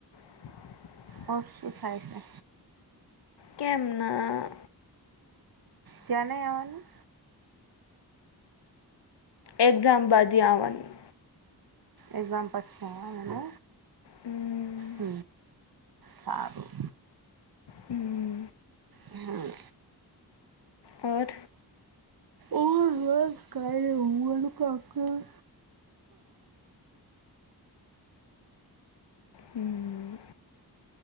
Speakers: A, on the left (about 80°); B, on the right (about 60°).
A: <inaudible>
B: <unintelligible> શું થાય છે
A: કેમના
B: ક્યાં નય આવવાનું
A: એક્ઝામ બાદી આવવાનું
B: એક્ઝામ પછી અને
A: હમ
B: હ સારું
A: હમ્મ.
B: હમ્મ
A: ઓર
B: ઓર બસ કાય ની હુંવાનું કામ કરું
A: હમ